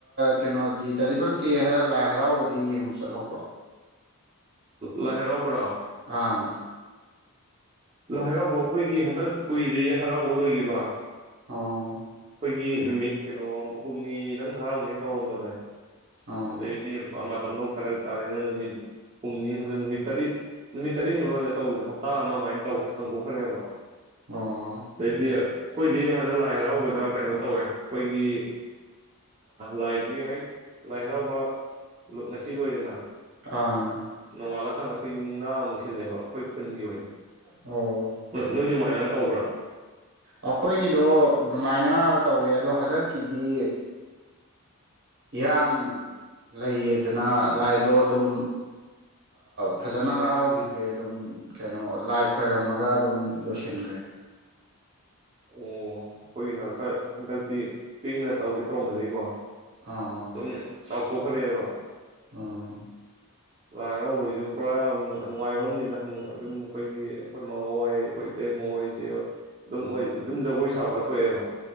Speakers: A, on the right; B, on the right.
A: ꯀꯩꯅꯣꯗꯤ ꯗꯥ ꯗꯤꯄꯛꯇꯤ ꯍꯟꯗꯛ ꯂꯥꯏ ꯍꯔꯥꯎꯕꯗꯤ ꯌꯦꯡꯕ ꯆꯠꯍꯧꯕ꯭ꯔꯣ
B: ꯂꯥꯏ ꯍꯔꯥꯎꯕꯔꯣ
A: ꯑꯥ
B: ꯂꯥꯏ ꯍꯔꯥꯎꯕ ꯑꯩꯈꯣꯏꯒꯤ ꯍꯟꯗꯛ ꯀꯨꯏꯗ꯭ꯔꯤꯌꯦ ꯍꯔꯥꯎꯕ ꯂꯣꯏꯒꯤꯕ
A: ꯑꯣ
B: ꯅꯨꯃꯤꯠ ꯀꯩꯅꯣ ꯍꯨꯝꯅꯤꯗꯪ ꯍꯔꯥꯎꯅꯤ ꯇꯧꯔꯝꯕꯗꯅꯦ
A: ꯑꯣ
B: ꯑꯗꯩꯗꯤ ꯃꯇꯝꯗꯣ ꯐꯔꯛ ꯍꯥꯏꯇꯥꯔꯦ ꯅꯨꯃꯤꯠ ꯍꯨꯝꯅꯤ ꯍꯧꯖꯤꯛ ꯅꯨꯃꯤꯠ ꯇꯔꯦꯠ ꯅꯨꯃꯤꯠ ꯇꯔꯦꯠꯅꯤ ꯃꯥꯡꯗ ꯇꯧꯈꯤꯕꯗ ꯍꯞꯇꯥ ꯑꯃ ꯑꯗꯨꯃꯥꯏꯅ ꯇꯧꯈꯦ ꯁꯥꯡꯗꯣꯛꯈ꯭ꯔꯦꯕ
A: ꯑꯣ
B: ꯑꯗꯩꯗꯤ ꯑꯩꯈꯣꯏꯗꯤ ꯍꯟꯗꯛ ꯂꯥꯏ ꯍꯔꯥꯎ ꯗ ꯀꯩꯅꯣ ꯇꯧꯋꯦ ꯑꯩꯈꯣꯏꯒꯤ ꯂꯥꯏꯗꯨꯒꯤ ꯍꯦꯛ ꯂꯥꯏ ꯍꯔꯥꯎꯕ ꯉꯁꯤ ꯂꯣꯏꯗꯅ
A: ꯑꯥ
B: ꯅꯣꯡꯉꯥꯜꯂꯀꯥꯟꯗ ꯑꯩꯈꯣꯏ ꯃꯨꯛꯅꯥ ꯑꯃꯨꯛ ꯁꯤꯜꯂꯦꯕ ꯑꯩꯈꯣꯏ ꯈꯨꯟꯒꯤ ꯑꯣꯏꯅ
A: ꯑꯣ
B: ꯅꯣꯏꯁꯨ ꯑꯗꯨꯃꯥꯏꯅ ꯇꯧꯕ꯭ꯔꯥ
A: ꯑꯩꯈꯣꯏꯒꯤꯗꯣ ꯑꯗꯨꯃꯥꯏꯅ ꯇꯧꯋꯦ ꯑꯗꯣ ꯍꯟꯗꯛꯀꯤꯗꯤ ꯏꯔꯥꯡ ꯂꯩꯌꯦꯗꯅ ꯂꯥꯏꯗꯣ ꯑꯗꯨꯝ ꯐꯖꯅ ꯍꯔꯥꯎꯈꯤꯗ꯭ꯔꯦ ꯑꯗꯨꯝ ꯀꯩꯅꯣ ꯂꯥꯏ ꯈꯣꯏꯔꯝꯃꯒ ꯑꯗꯨꯝ ꯂꯣꯏꯁꯤꯟꯒ꯭ꯔꯦ
B: ꯑꯣ ꯑꯩꯈꯣꯏꯒꯤꯅ ꯈꯔ ꯍꯟꯗꯛꯇꯤ ꯄꯤꯛꯅ ꯇꯧꯒꯦ ꯇꯧꯔꯝꯕꯗꯒꯤꯀꯣ
A: ꯑꯥ
B: ꯑꯗꯨꯝ ꯆꯥꯎꯊꯣꯛꯈ꯭ꯔꯦꯕ
A: ꯎꯝ
B: ꯂꯥꯏ ꯍꯔꯥꯎꯕꯒꯤꯁꯨ ꯄꯨꯔꯥ ꯅꯨꯡꯉꯥꯏꯕꯝꯅꯤ ꯑꯗꯨꯝ ꯑꯩꯈꯣꯏꯒꯤ ꯑꯩꯈꯣꯏ ꯃꯥ ꯍꯣꯏ ꯑꯩꯈꯣꯏ ꯏꯇꯩ ꯃ ꯍꯣꯏꯁꯦ ꯑꯗꯨꯝ ꯑꯗꯨꯝ ꯖꯒꯣꯏ ꯁꯥꯕ ꯊꯣꯛꯑꯦꯕ